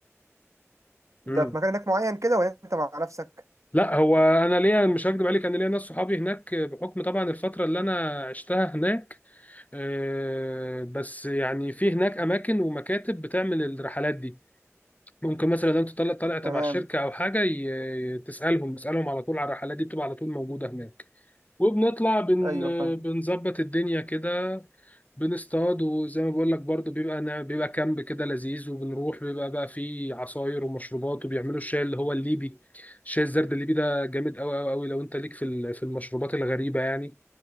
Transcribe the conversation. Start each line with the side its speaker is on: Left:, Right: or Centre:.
Left: مم.
Right: ده في مكان هناك معين كده ولا انت مع نفسك
Left: لا هو انا ليا مش هكدب عليك انا ليا ناس صحابي هناك بحكم طبعا الفترة اللي انا عشتها هناك آه، بس يعني في هناك اماكن ومكاتب بتعمل الرحلات دي ممكن مثلا لو انت طالع طالع تبع
Right: تمام
Left: الشركه او حاجه ي- تسالهم تسالهم على طول على الرحلات دي بتبقى على طول موجوده هناك وبنطلع بن
Right: ايوه فاهم
Left: بنظبط الدنيا كده بنصطاد وزي ما بقول لك برضو بيبقى نا- بيبقى كامب كده لذيذ وبنروح بيبقى بقى فيه عصاير ومشروبات وبيعملوا الشاي اللي هو الليبي الشاي الزرد الليبي ده جامد قوي قوي قوي لو انت ليك في ال- في المشروبات الغريبه يعني